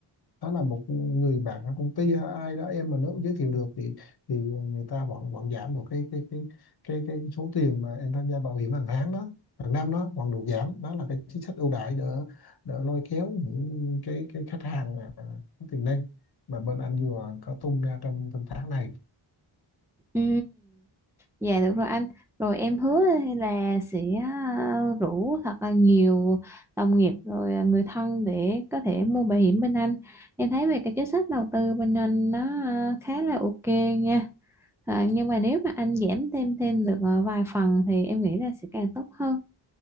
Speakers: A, on the left; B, in the centre.
A: đó là một người bạn ở công ty hay ai đó em mà nếu giới thiệu được thì thì người ta vẫn vẫn giảm được cái cái cái cái cái số tiền mà em tham gia bảo hiểm hàng tháng đó hàng năm đó vẫn được giảm đó là cái chính sách ưu đãi để để lôi kéo những cái cái khách hàng à, có tiềm năng mà bên anh vừa có tung ra trong trong tháng này
B: Ừ, dạ được rồi anh. Rồi em hứa là sẽ ờ, rủ thật là nhiều đồng nghiệp rồi ờ, người thân để có thể mua bảo hiểm bên anh. Em thấy về cái chính sách đầu tư bên anh nó ờ, khá là ok nha. À, nhưng mà nếu mà anh giảm thêm thêm được ờ, vài phần thì em nghĩ là sẽ càng tốt hơn.